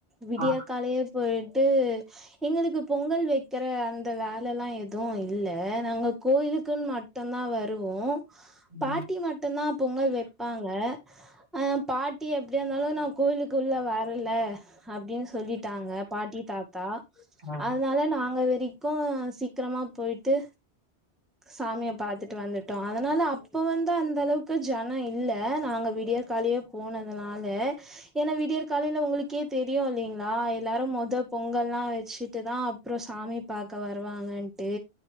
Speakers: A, in the centre; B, on the right.
A: விடிய
B: ஆ
A: காலயே போய் ட்டு எங்களுக்கு பொங்கல் வைக்கிற அந்த வேலல்லா எதுவு இல்ல நாங்க கோயிலுக்குன் மட்டுந்தா வருவோ
B: ம்
A: பாட்டி மட்டுந்தா பொங்கல் வப்பாங்க ஆ பாட்டி எப்டியா இருந்தாலு நா கோயிலுக்குள்ள வரல அப்டின் சொல்லிட்டாங்க பாட்டி தாத்தா
B: ம்.
A: அதனால நாங்க வரைக்கு சீக்கிரமா போய்ட்டு சாமிய பாத்துட் வந்துட்டோ அதனால அப்ப வந்து அந்தளவுக்கு ஜன இல்ல அ நாங்க வீடியகாலயே போனதுனால ஏன்னா விடியல் காலையில <unintelligible> க்கே தெரியு இல்லிங்களா எல்லாரு மொதோ பொங்கல்லா வச்சுட்டு தா அப்புற சாமி பாக்க வருவாங்கன்ட்டு